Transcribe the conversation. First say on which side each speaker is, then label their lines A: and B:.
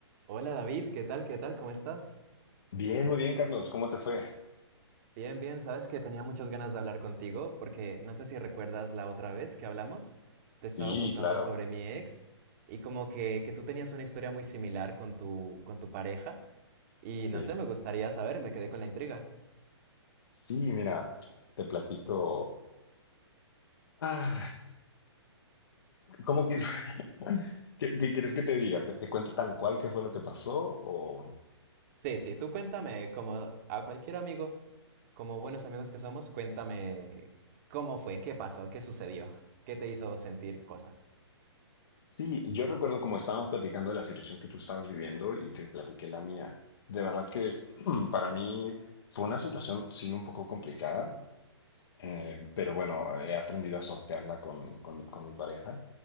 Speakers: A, on the right (about 35°); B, on the left (about 60°).
A: Hola David, ¿qué tal? ¿Qué tal? ¿Cómo estás?
B: Bien, muy bien, Carlos. ¿Cómo te fue?
A: Bien, bien, sabes que tenía muchas ganas de hablar contigo porque no sé si recuerdas la otra vez que hablamos, te estaba
B: Sí,
A: contando
B: claro.
A: sobre mi ex y como que, que tú tenías una historia muy similar con tu, con tu pareja y
B: Sí.
A: no sé, me gustaría saber, me quedé con la intriga.
B: Sí, mira, te platico. Ah, ¿cómo quieres? <laughs> ¿Qué, qué quieres que te diga? ¿Te, te cuento tal cual qué fue lo que pasó? O...
A: Sí, sí, tú cuéntame, como a cualquier amigo, como buenos amigos que somos, cuéntame cómo fue, qué pasó, qué sucedió, qué te hizo sentir cosas.
B: Sí, yo recuerdo como estábamos platicando de la situación que tú estabas viviendo y te platiqué la mía. De verdad que <clears throat> para mí fue una situación, sí, un poco complicada. Eh, pero bueno, he aprendido a sortearla con, con- con mi pareja.